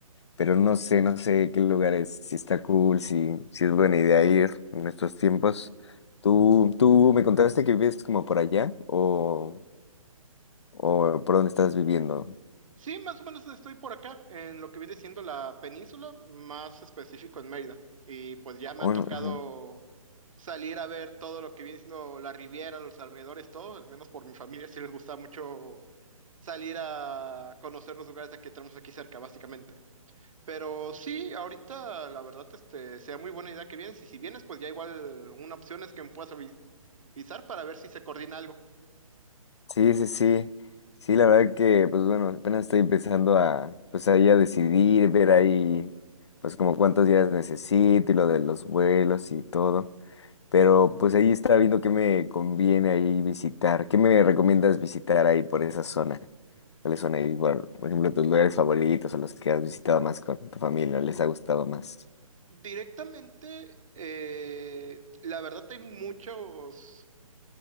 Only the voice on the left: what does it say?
pero no sé, no sé qué lugares, si está cool, si, si es buena idea ir en estos tiempos. ¿Tú, tú me contaste que vives como por allá o o por dónde estás viviendo.
O
no, ajá.
Sí, sí, sí. Sí, la verdad que, pues bueno, apenas estoy empezando a, pues ahí a decidir, ver ahí, pues como cuántos días necesito y lo de los vuelos y todo. Pero pues ahí estaba viendo qué me conviene ahí visitar. ¿Qué me recomiendas visitar ahí por esa zona? ¿Cuáles son ahí, por, por ejemplo, tus lugares favoritos o los que has visitado más con tu familia, les ha gustado más?